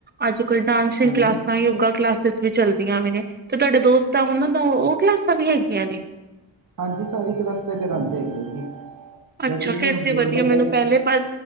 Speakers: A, on the right; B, on the right.
A: ਅੱਜ-ਕੱਲ੍ਹ, ਡਾਂਸਿੰਗ
B: ਹਾਂਜੀ ਹਾਂਜੀ
A: ਕਲਾਸਾਂ, ਯੋਗਾ ਕਲਾਸਿਸ ਵੀ ਚਲਦੀਆਂ ਵੀ ਨੇ, ਤੇ ਤੁਹਾਡੇ ਦੋਸਤ ਆ ਉਹਨਾਂ ਦਾ ਉਹ ਕਲਾਸਾਂ ਵੀ ਹੈਗੀਆਂ ਨੇ।
B: ਹਾਂਜੀ। ਸਾਰੀ ਕਲਾਸਾਂ ਕਰਾਉਂਦੇ ਹੈਗੇ ਆ।
A: ਅੱਛਾ
B: ਵੈਸੇ
A: ਫੇਰ
B: ਮੈਂ
A: ਤੇ
B: ਹੋਰ
A: ਵਧੀਆ
B: ਬੰਦਿਆਂ
A: ਮੈਨੂੰ
B: ਨੂੰ,
A: ਪਹਿਲੇ ਪਰ